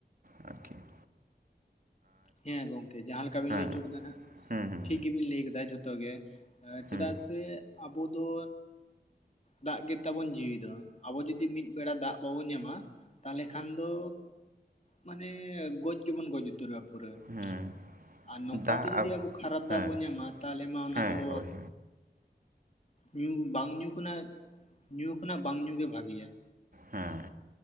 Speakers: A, on the right; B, on the left.
A: ᱟᱨᱠᱤ ᱾
B: ᱦᱮᱸ ᱜᱚᱝᱠᱮ ᱡᱟᱦᱟᱸ ᱞᱮᱠᱟ ᱵᱤᱱ
A: ᱦᱮᱸ
B: ᱞᱟᱹᱭ ᱚᱪᱚ ᱠᱮᱫᱟ ᱱᱟᱜ,
A: ᱦᱮᱸ ᱦᱮᱸ
B: ᱴᱷᱤᱠ ᱜᱮᱵᱤᱱ ᱞᱟᱹᱭ ᱠᱮᱫᱟ ᱡᱷᱚᱛᱚ ᱜᱮ᱾ ᱪᱮᱫᱟᱜ
A: ᱦᱮᱸ
B: ᱥᱮ, ᱟᱵᱚ ᱫᱚ ᱫᱟᱜ ᱜᱮᱛᱟᱵᱚᱱ ᱡᱤᱣᱤ ᱫᱚ᱾ ᱟᱵᱚ ᱡᱩᱫᱤ ᱢᱤᱫ ᱵᱮᱲᱟ ᱫᱟᱜ ᱵᱟᱵᱚᱱ ᱧᱟᱢᱟ, ᱛᱟᱦᱞᱮ ᱠᱷᱟᱱ ᱫᱚ ᱢᱟᱱᱮ ᱜᱚᱡ ᱜᱮᱵᱚᱱ ᱜᱚᱡ ᱩᱛᱟᱹᱨᱚᱜ-ᱟ ᱯᱩᱨᱟᱹ ᱾
A: ᱦᱮᱸ
B: ᱟᱨ ᱱᱚᱝᱠᱟᱛᱮ
A: ᱫᱟᱜ ᱟᱵ-
B: ᱡᱩᱫᱤ ᱟᱵᱚ ᱠᱷᱟᱨᱟᱯ ᱫᱟᱜ
A: ᱦᱮᱸ
B: ᱵᱚᱱ ᱧᱟᱢᱟ, ᱛᱟᱦᱚᱞᱮ ᱢᱟ ᱚᱱᱟ
A: ᱦᱮᱸ
B: ᱫᱚ
A: ᱦᱳᱭ ᱦᱳᱭ
B: ᱧᱩ ᱵᱟᱝ ᱧᱩ ᱠᱷᱚᱱᱟᱜ, ᱧᱩ ᱠᱷᱚᱱᱟᱜ ᱵᱟᱝ ᱧᱩ ᱜᱮ ᱵᱷᱟᱜᱮᱭᱟ᱾
A: ᱦᱮᱸ,